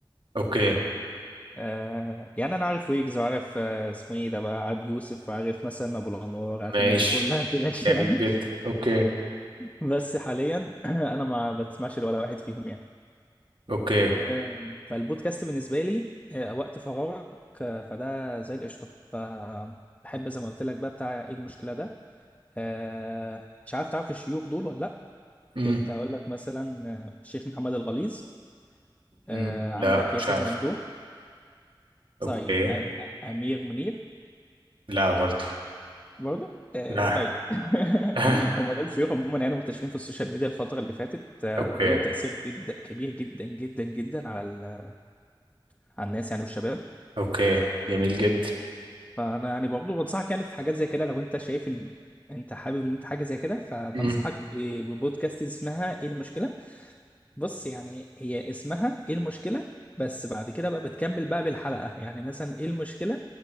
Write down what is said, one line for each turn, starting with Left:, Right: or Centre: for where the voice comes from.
Right: اوكي
Left: آه، يعني انا عارف ويجز وعارف آه، اسمه ايه ده بقى عبد يوسف وعارف مثلا ابو الانوار عارف
Right: ماشي
Left: الناس دي كلها بلاش
Right: جميل
Left: يعني
Right: جدا
Left: <laughs>
Right: اوكي
Left: بس حاليا <clears throat> انا ما بسمعش ولا واحد فيهم يعني
Right: اوكي
Left: آه، فالبودكاست بالنسبة لي آه، وقت فراغك آه، فده زي القشطة فبحب زي ما قلت لك بقى بتاع ايه المشكلة ده آه، مش عارف تعرف الشيوخ دول ولا لأ
Right: امم
Left: كنت هقول لك مثلا آه، الشيخ محمد الغليظ آه،
Right: أمم.
Left: عندك
Right: لا
Left: ياسر
Right: مش عارف
Left: ممدوح طيب
Right: اوكي
Left: آه، أمير منير
Right: لا برضو
Left: برضه آه،
Right: لا
Left: طيب <laughs>
Right: <laughs> آه.
Left: هم دول الشيوخ عموما يعني منتشرين في السوشيال ميديا الفترة اللي فاتت آه،
Right: اوكي
Left: وليهم تأثير جدا كبير جدا جدا جدا على ال- على الناس يعني والشباب
Right: اوكي جميل جدا
Left: فانا يعني برضه بنصحك يعني في حاجات زي كده لو انت شايف ان انت حابب ان انت حاجه زي كده فبنصحك
Right: امم
Left: ب- ببودكاست اسمها ايه المشكله بص يعني هي اسمها ايه المشكله بس بعد كده بقى بتكمل بقى بالحلقه يعني مثلا ايه المشكله